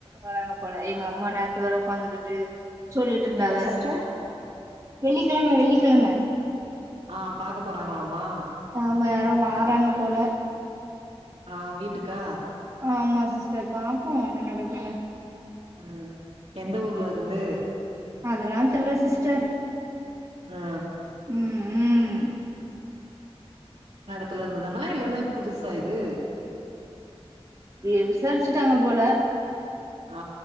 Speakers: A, on the right; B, on the right.
A: வராங்க போல எங்க அம்மா நேத்து வேர உக்காந்துக்குட்டு சொல்லிட்டு இருந்தாவ
B: என்ன சிஸ்டர்
A: வெள்ளிக்கிழம வெள்ளிக்கிழம
B: ஆ பாக்க போறாங்களமா
A: ஆமா யாரோ வாறாங்க போல
B: ஆ வீட்டூக்கா
A: ஆமா சிஸ்டர் பாப்போ என்ன நடக்குனு
B: ம் எந்த ஊர்ல இருந்து
A: அதெலா தெர்ல சிஸ்டர்
B: ஆ
A: ம் ம்
B: இதுல இந்துதானா இல்லனா புதுசா இது
A: ஏ விசாரிச்சுட்டாங்க போல
B: ஆ